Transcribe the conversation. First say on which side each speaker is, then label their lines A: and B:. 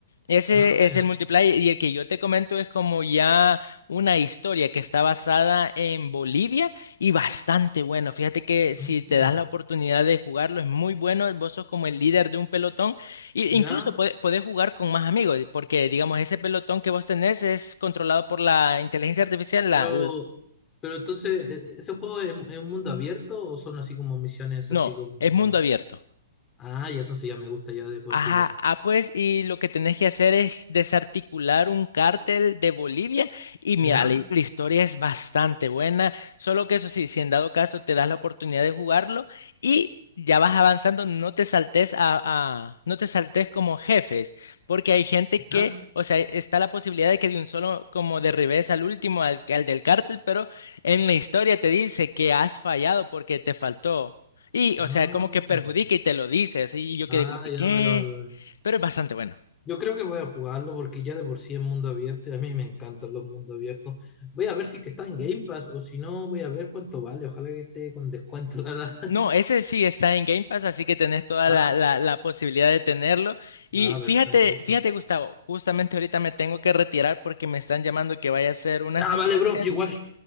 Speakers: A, on the left; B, on the left.
A: ese
B: Ah,
A: es
B: ya.
A: el multiplayer, y el que yo te comento es como ya una historia que está basada en Bolivia y bastante bueno. Fíjate que si
B: Ah,
A: te das la oportunidad de jugarlo, es muy bueno, vos sos como el líder de un pelotón, e
B: ya.
A: incluso puede- podés jugar con más amigos, porque digamos, ese pelotón que vos tenés es controlado por la inteligencia artificial, la...
B: Pero,
A: la-
B: pero entonces, ¿e- ¿ese juego es, es un mundo abierto o son así como misiones
A: no,
B: así como...
A: es mundo abierto.
B: Ah, ya entonces ya me gusta ya de por
A: Ajá,
B: sí ya.
A: ah, pues, y lo que tenés que hacer es desarticular un cártel de Bolivia. Y mira,
B: ¿Ya?
A: la, la historia es bastante buena. Solo que eso sí, si en dado caso te das la oportunidad de jugarlo y ya vas avanzando, no te saltes a, a- no te saltes como jefes, porque hay gente que,
B: ¿Ya?
A: o sea, está la posibilidad de que de un solo como derribes al último, al, al del cártel, pero en la historia te dice que has fallado porque te faltó. Y,
B: Mm.
A: o sea, como que perjudica y te lo dice, así y yo
B: Ah,
A: quedé como que,
B: ya,
A: ¿qué?
B: vale, vale, vale.
A: Pero es bastante bueno.
B: Yo creo que voy a jugarlo porque ya de por sí es mundo abierto y a mí me encantan los mundos abiertos. Voy a ver si es que está en Game Pass o si no, voy a ver cuánto vale. Ojalá que esté con descuento, la verdad. <laughs>
A: No, ese sí está en Game Pass, así que tenés toda
B: Ah,
A: la, la, la posibilidad de tenerlo. Y
B: ah,
A: fíjate,
B: perfecto.
A: fíjate, Gustavo, justamente ahorita me tengo que retirar porque me están llamando que vaya a hacer unas
B: Ya,
A: diligencias.
B: vale, bro. Igual.